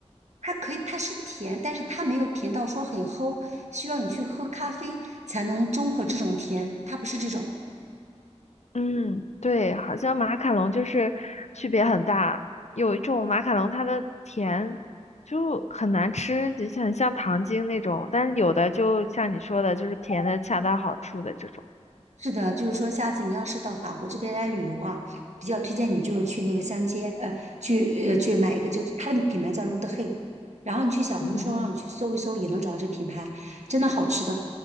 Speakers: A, on the right; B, on the left.
A: 它可以，它是甜，但是它没有甜到说很齁，需要你去喝咖啡才能中和这种甜，它不是这种。
B: 嗯，对，好像马卡龙就是区别很大。有一种马卡龙，它的甜就很难吃，就像很像糖精那种；但是有的就像你说的，就是甜的恰到好处的这种。
A: 是的，就是说，下次你要是到法国这边来旅游啊，比较推荐你就是去那个香街，呃，去呃去买一个，就是它的品牌叫 l u d h e 然后你去小红书上去搜一搜，
B: 嗯嗯
A: 也能找到这品牌，真的好吃的。